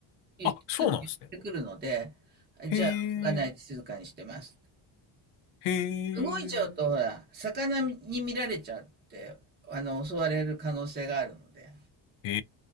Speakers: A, on the right; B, on the left.
A: 言って、
B: あ、そうなんですね。
A: すぐ言ってくるので、
B: へ
A: じゃあ動かないで静かにしてます。
B: え。へえ。
A: 動いちゃうと、ほら、魚に見られちゃって、あの、襲われる可能性があるので。
B: へ